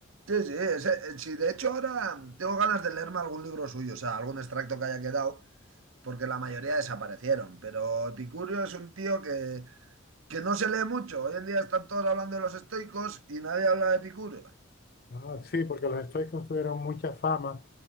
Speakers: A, on the right; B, on the left.
A: Sí, sí, ese- eh, sí, de hecho ahora tengo ganas de leerme algún libro suyo, o sea, algún extracto que haya quedado, porque la mayoría desaparecieron. Pero Epicurio es un tío que, que no se lee mucho. Hoy en día están todos hablando de los estoicos y nadie habla de Epicurio.
B: Ah, sí, porque los estoicos tuvieron mucha fama,